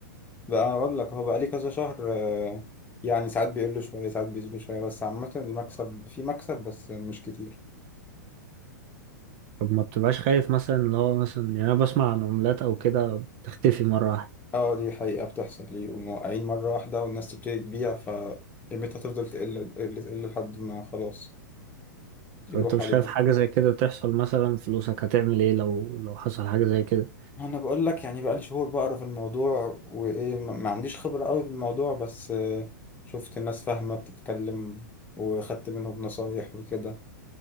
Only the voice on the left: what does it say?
بقى اقول لك هو بقى ليه كذا شهر آه، يعني ساعات بيقل شويه ساعات بيزيد شويه بس عامه المكسب في مكسب بس مش كتير
اه دي حقيقه بتحصل ليه وموقعين مره واحده والناس تبتدي تبيع فقيمتها تفضل تقل تقل تقل لحد ما خلاص يروح
عليها
انا بقول لك يعني بقى لي شهور بقرا في الموضوع وايه ما ما عنديش خبره قوي في الموضوع بس آه، شفت الناس فاهمه بتتكلم وخدت منهم نصايح وكده